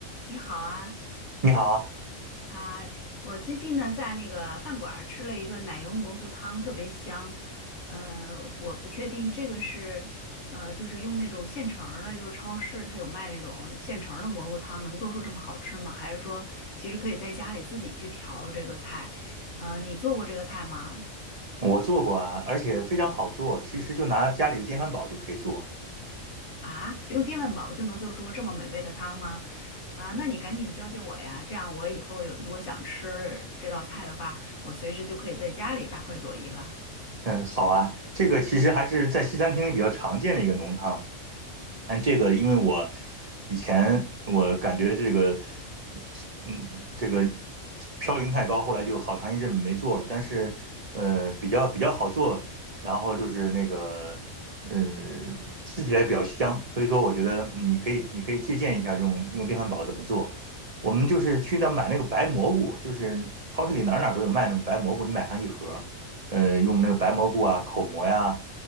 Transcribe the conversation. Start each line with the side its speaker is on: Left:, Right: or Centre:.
Left: 你好啊，
Right: 你好，
Left: 啊，我最近呢在那个饭馆儿吃了一个奶油蘑菇汤，特别香。嗯、我不确定这个是，呃，就是用那种现成儿的，就是超市它有卖那种现成儿的蘑菇汤，能做出这么好吃吗？还是说其实可以在家里自己去调这个菜？呃，你做过这个菜吗？
Right: 我做过啊，而且非常好做，其实就拿家里的电饭煲就可以做。
Left: 啊，就用电饭煲就能做出这么美味的汤吗？啊，那你赶紧教教我呀，这样我以后有如果想吃这道菜的话，我随时就可以在家里大快朵颐了。
Right: 嗯，好啊，这个其实还是在西餐厅里比较常见的一个浓汤。按这个，因为我以前我感觉这个，嗯，这个嘌呤太高，后来就好长一阵没做了。但是，呃，比较比较好做，然后就是那个，嗯，吃起来比较香。所以说，我觉得嗯你可以你可以借鉴一下这种用电饭煲怎么做。我们就是去那买那个白蘑菇，就是超市里哪儿哪儿都有卖那种白蘑菇，你买上一盒儿呃，用那个白蘑菇啊、口蘑呀、